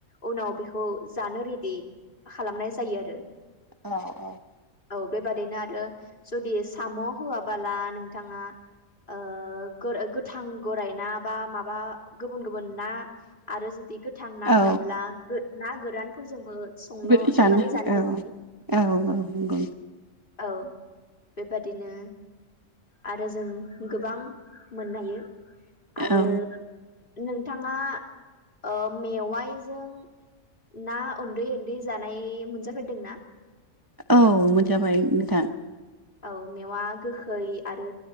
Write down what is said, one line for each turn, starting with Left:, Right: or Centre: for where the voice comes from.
Left: उनाव बेखौ जानो रेडि खालामनाय जायो आरो।
Right: औ औ।
Left: औ बेबादिनो आरो जुदि साम' होआबोला नोंथाङा ओ गोथां गरायाइ ना बा माबा गुबुन गुबुन ना आरो जुदि गोथां ना
Right: औ
Left: होआब्ला गो ना गोरानफोरजोंबो संनो
Right: बिदि
Left: संनानै जानो
Right: औ
Left: हायो।
Right: औ नंगौ
Left: औ बेबादिनो आरो जों गोबां मोननो हायो। आरो
Right: औ
Left: नोंथाङा ओ मेवाइजों ना उन्दै उन्दै जानाय मोनजाफेरदोंना?
Right: औ मोनजाबाय मोथां।
Left: औ मेवा गोखै आरो